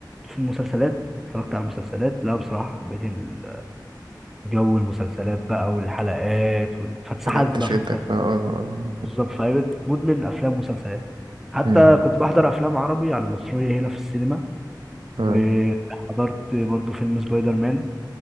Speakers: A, in the centre; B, on the right (about 80°).
A: في المسلسلات اتفرجت على المسلسلات لا بصراحه حبيت ال- جو المسلسلات بقى والحلقات وال... فاتسحلت
B: حاجات تشدك
A: بقى في المسلسلات
B: بقى اه
A: بالظبط فبقيت مدمن افلام ومسلسلات حتى
B: امم
A: كنت بحضر افلام عربي على المصريه هنا في السينما
B: اه
A: وحضرت برضو فيلم سبايدر مان